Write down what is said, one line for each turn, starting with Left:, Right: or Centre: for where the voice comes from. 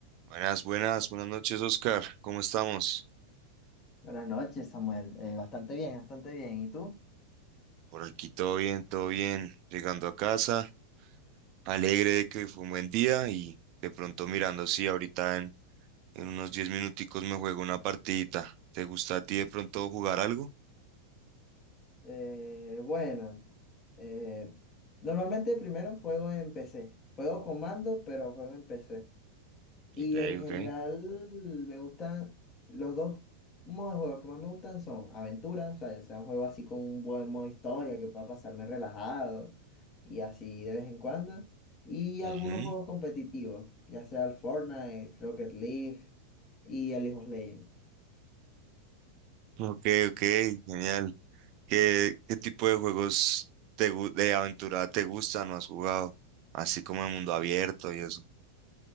Right: Buenas, buenas, buenas noches, Oscar. ¿Cómo estamos?
Left: Buenas noches, Samuel. Eh, bastante bien, bastante bien. ¿Y tú?
Right: Por aquí todo bien, todo bien. Llegando a casa, alegre de que hoy fue un buen día y de pronto mirando, sí, ahorita en, en unos 10 minuticos me juego una partidita. ¿Te gusta a ti de pronto jugar algo?
Left: Eh, bueno, eh, normalmente primero juego en PC. Juego con mando, pero juego en PC. Y
Right: Ok,
Left: en general
Right: ok.
Left: me gustan los dos modos de juego que más me gustan son aventuras, o sea, ya sea un juego así con un buen modo historia que pueda pasarme relajado y así de vez en cuando. Y
Right: Ujú.
Left: algunos juegos competitivos, ya sea el Fortnite, Rocket League y el League of Legends.
Right: Ok, ok, genial. ¿Qué, qué tipo de juegos te, gu- de aventura te gustan o has jugado? Así como el mundo abierto y eso.